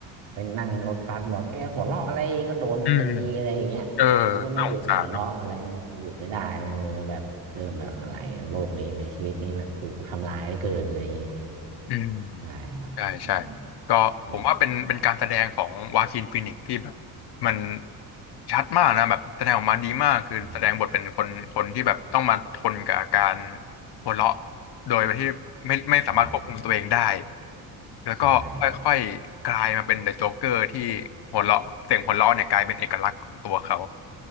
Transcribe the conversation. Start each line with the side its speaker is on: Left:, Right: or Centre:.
Right: ไปนั่งรถบัสบอกแกหัวเราะอะไรก็โดนตีอะไรอย่างเงี้ยแล้วก็ไม่หยุดหัวเราะอะไรเงี้ยหยุดไม่ได้เออแบบเริ่มแบบอะไรโลกนี้ในชีวิตนี้มันถูกทำร้ายเหลือเกินอะไรอย่างงี้
Left: อืมเออน่าสงสาร อืม
Right: ได้ครับอืม
Left: ใช่ใช่ก็ผมว่าเป็นเป็นการแสดงของวาคินฟีนิกซ์ที่แบบ
Right: แบบ
Left: มันชัดมากนะแบบแสดงออกมาดีมากคือแสดงบทเป็นคนคนที่แบบต้องมาทนกับอาการ
Right: อืม
Left: หัวเราะโดยที่ไม่ไม่สามารถควบคุมตัวเองได้
Right: อ่า
Left: แล้วก็ค่อยๆกลายมาเป็นเดอะโจ๊กเกอร์ที่
Right: ใช่
Left: หัวเราะเสียงหัวเราะเนี่ยกลายเป็นเอกลักษณ์ของตัวเขา